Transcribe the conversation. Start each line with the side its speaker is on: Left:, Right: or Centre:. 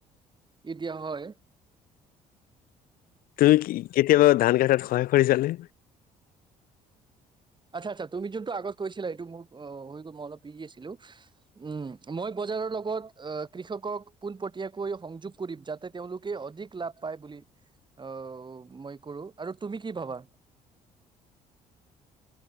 Right: ই দিয়া হয়
Left: তুমি কেতিয়াবা ধান কাটাত সহায় কৰিছানে?
Right: আচ্ছা আচ্ছা তুমি যোনটো আগত কৈছিলা এইটো মোৰ অ' হৈ গ'ল মই অলপ <unintelligible> আছিলো উম মই বজাৰৰ লগত কৃষকক পোনপটীয়াকৈ সংযোগ কৰিম যাতে, তেওঁলোকে অধিক লাভ পায় বুলি আহ, মই কৰোঁ আৰু তুমি কি ভাবা?